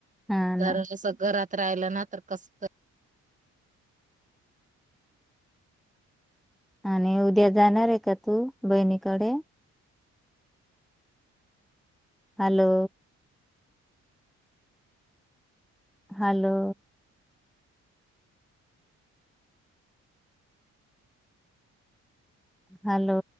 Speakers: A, in the centre; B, on the right.
A: हा ना
B: तर अस घरात राहिलं ना तर कस त
A: आणि उद्या जाणार आहे का तू बहिणीकडे. Hello hello hello